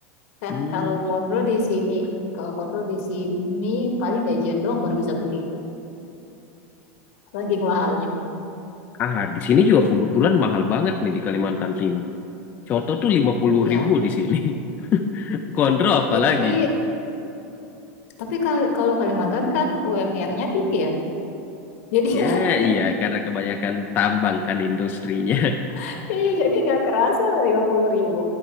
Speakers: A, on the left; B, on the left.
A: kan
B: Hmm.
A: kalau kondro di sini kalau kondro di sini paling gajian doang baru bisa beli saking mahalnya
B: Ah, di sini juga kebetulan mahal banget nih di Kalimantan Timur. Coto tuh lima puluh
A: iya
B: ribu di sini. <laughs> Konro apalagi?
A: iya tapi tapi kal- kalau Kalimantan kan UMR-nya tinggi ya jadi nggak
B: Ya, iya, karena kebanyakan tambang kan industrinya. <laughs>
A: <laughs> iya jadi nggak kerasa lima puluh ribu